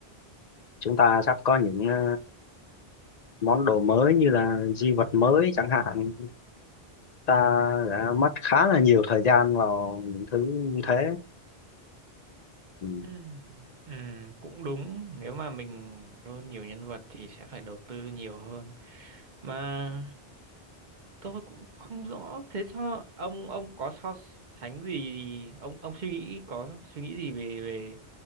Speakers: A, on the left; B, on the right.
A: chúng ta sắp có những ờ, món đồ mới như là di vật mới chẳng hạn ta đã mất khá là nhiều thời gian vào những thứ như thế Ừ.
B: Ừ, ừ, cũng đúng. Nếu mà mình roll nhiều nhân vật thì sẽ phải đầu tư nhiều hơn. Mà tôi cũng không rõ. Thế cho ông ông có so sánh gì? Ông ông suy nghĩ có suy nghĩ gì về về